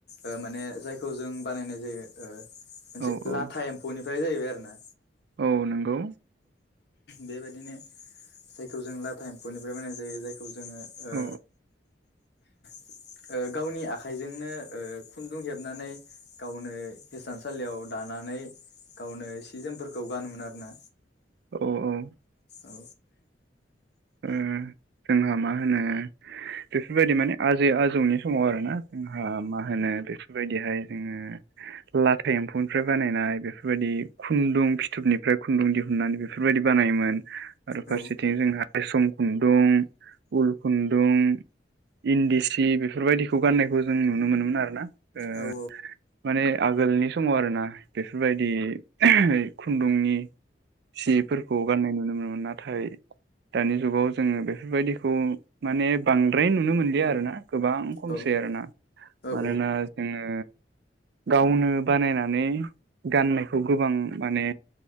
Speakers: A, on the left; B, on the right.
A: ओ माने जायखौ जों बानायनाय जायो ओ मोनसे
B: औ औ
A: लाथा एम्फौनिफ्राय जाहैबाय आरो ना
B: औ नंगौ।
A: बेबायदिनो जायखौ जों लाथा एम्फौनिफ्राय बनानाय जायो जायखौ जोङो ओ
B: औ
A: ओ गावनि आखाइजोंनो ओ खुन्दुं हेबनानै गावनो हिसानसालियाव दानानै गावनो सि जोमफोरखौ गानोमोन आरोना
B: औ औ
A: औ
B: उम जोंहा मा होनो बेफोरबायदि माने आजै आजौनि समाव आरो ना। ओंहा मा होनो बेफोरबायदिहाय जोङो लाथा एम्फौनिफ्राय बानायनाय बेफोरबायदि खुन्दुं फिथोबनिफ्राय खुन्दुं दिहुननानै बेफोरबायदिबो बानायोन आरो फारसेथिं
A: औ
B: जोंहा रेसम खुन्दुं उल खुन्दुं इन्दि सि बेफोरबायदिखौ गाननायखौ जों नुनो मोनोमोन आरोना ओ
A: औ
B: माने आगोलनि समाव आरोना बेफोरबायदि ओइ खुन्दुंनि सिफोरखौ गाननाय नुनो मोनोमोन नाथाय दानि जुगाव जोङो बेफोरबायदिखौ माने बांद्राय नुनो मोनलिया आरोना। गोबां खमसै
A: औ
B: आरोना
A: औ
B: मानोना जोङो गावनो बानायनानै गाननायखौ गोबां माने